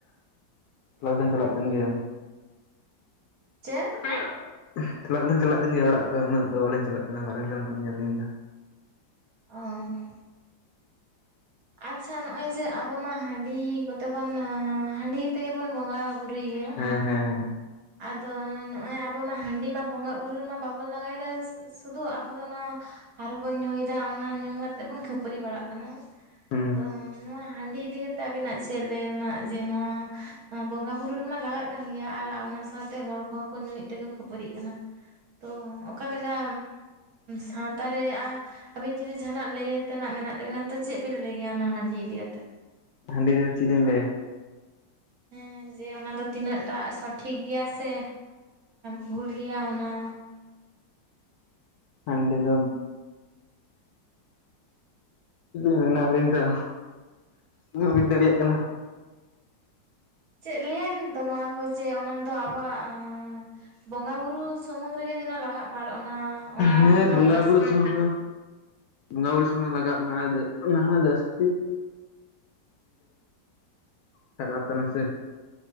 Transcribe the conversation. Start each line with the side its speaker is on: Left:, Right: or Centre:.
Left: ᱠᱞᱟᱥ ᱫᱩᱧ ᱪᱟᱞᱟᱜ ᱛᱟᱦᱮᱱ ᱜᱮᱭᱟ
Right: ᱪᱮᱫ
Left: ᱪᱟᱞᱟᱜ ᱫᱚᱞᱤᱧ ᱪᱟᱞᱟᱜ ᱛᱟᱦᱮᱱ ᱜᱮᱭᱟ ᱚᱲᱟᱜ ᱠᱚ ᱩᱱᱟᱹᱜ ᱫᱚ ᱵᱟᱹᱞᱤᱧ ᱪᱟᱞᱟᱜ ᱠᱟᱱᱟ ᱵᱟᱨᱦᱮ ᱨᱮ ᱢᱮᱱᱟᱜ ᱠᱟ ᱞᱤᱧᱟ ᱟᱹᱞᱤᱧ ᱫᱚ
Right: ᱚᱸ ᱟᱪᱪᱷᱟ ᱱᱚᱜᱼᱚᱭ ᱡᱮ ᱟᱵᱚ ᱢᱟ ᱦᱟᱺᱰᱤ ᱠᱚᱛᱮ ᱵᱚᱱ ᱦᱟᱸᱰᱤ ᱛᱮᱜᱮ ᱵᱚᱱ ᱵᱚᱸᱜᱟ ᱵᱩᱨᱩᱭ ᱜᱮᱭᱟ
Left: ᱦᱮᱸ ᱦᱮᱸ
Right: ᱟᱫᱚ ᱱᱚᱜᱼᱚᱭ ᱟᱵᱚ ᱢᱟ ᱦᱟᱺᱰᱤ ᱢᱟ ᱵᱚᱸᱜᱟ ᱵᱩᱨᱩ ᱨᱮᱢᱟ ᱵᱟᱵᱚᱱ ᱞᱟᱜᱟᱭ ᱫᱟᱥᱮ ᱥᱩᱫᱩ ᱟᱵᱚ ᱫᱚ ᱚᱱᱟ ᱟᱨᱦᱸ ᱵᱚᱱ ᱧᱩᱭᱮᱫᱟ ᱚᱱᱟ ᱧᱩ ᱠᱟᱛᱮᱫ ᱵᱚᱱ ᱠᱷᱟᱹᱯᱟᱹᱨᱤ ᱵᱟᱲᱟᱜ ᱠᱟᱱᱟ᱾
Left: ᱦᱮᱸ
Right: ᱛᱚ ᱱᱚᱣᱟ ᱦᱟᱺᱰᱤ ᱤᱫᱤ ᱠᱟᱛᱮᱜ ᱟᱵᱤᱱᱟᱜ ᱪᱮᱫ ᱞᱟᱹᱭ ᱨᱮᱱᱟᱜ ᱡᱮ ᱱᱚᱣᱭᱟ ᱵᱚᱸᱜᱟ ᱵᱩᱨᱩ ᱨᱮᱢᱟ ᱞᱟᱜᱟᱜ ᱠᱟᱱ ᱜᱮᱭᱟ ᱟᱨ ᱚᱱᱟ ᱥᱟᱛᱮ ᱦᱚᱲ ᱠᱚᱦᱚᱸ ᱠᱚ ᱧᱩᱭᱮᱫ ᱛᱮᱠᱚ ᱠᱷᱟᱹᱯᱟᱹᱨᱤᱜ ᱠᱟᱱᱟ ᱛᱚ ᱚᱠᱟᱞᱮᱠᱟ ᱥᱟᱶᱛᱟ ᱨᱮ ᱟᱹᱵᱤᱱ ᱡᱩᱫᱤ ᱡᱟᱦᱟᱱᱟᱜ ᱞᱟᱹᱭ ᱛᱮᱱᱟᱜ ᱢᱮᱱᱟᱜ ᱛᱟᱵᱤᱱᱟ ᱛᱚ ᱪᱮᱫ ᱵᱤᱱ ᱞᱟᱹᱭᱟ ᱚᱱᱟ ᱦᱟᱺᱰᱤ ᱤᱫᱤ ᱠᱟᱛᱮ
Left: ᱦᱟᱸᱰᱤ ᱨᱮ ᱪᱮᱫ ᱤᱧ ᱞᱮᱭᱟ᱾
Right: ᱦᱮᱸ ᱡᱮ ᱚᱱᱟ ᱫᱚ ᱛᱤᱱᱟᱹᱜ ᱴᱟ ᱥᱚᱴᱷᱤᱠ ᱜᱮᱭᱟ ᱥᱮ ᱵᱷᱩᱞ ᱜᱮᱭᱟ ᱚᱱᱟ᱾
Left: ᱦᱟᱺᱰᱤ ᱫᱚ ᱢᱟᱱᱮ ᱟᱹᱞᱤᱧ ᱫᱚ ᱵᱟᱞᱤᱧ ᱠᱩᱡ ᱫᱟᱲᱮᱭᱟᱜ ᱠᱟᱱᱟ?
Right: ᱪᱮᱫ ᱞᱟᱹᱭᱟᱵᱤᱱ ᱛᱚ ᱱᱚᱣᱭᱟ ᱠᱚ ᱡᱮ ᱚᱱᱟ ᱫᱚ ᱟᱵᱚᱣᱟᱜ ᱵᱚᱸᱜᱟ ᱵᱳᱨᱳ ᱥᱩᱢᱩᱝ ᱨᱮᱜᱮ ᱡᱮᱱᱚ ᱞᱟᱜᱟ ᱢᱟ ᱚᱱᱟ ᱚᱱᱟ
Left: ᱦᱮᱸ
Right: ᱫᱚ
Left: ᱵᱚᱸᱜᱟ
Right: ᱡᱟᱹᱥᱛᱤ
Left: ᱵᱩᱨᱩ ᱥᱚᱢᱚᱭ ᱵᱚᱸᱜᱟ ᱵᱩᱨᱩ ᱥᱚᱢᱚᱭ ᱞᱟᱜᱟ ᱢᱟ ᱚᱱᱟ ᱦᱸ ᱡᱟᱹᱥᱛᱤ ᱠᱷᱟᱨᱟᱯ ᱠᱟᱱᱟ ᱥᱮ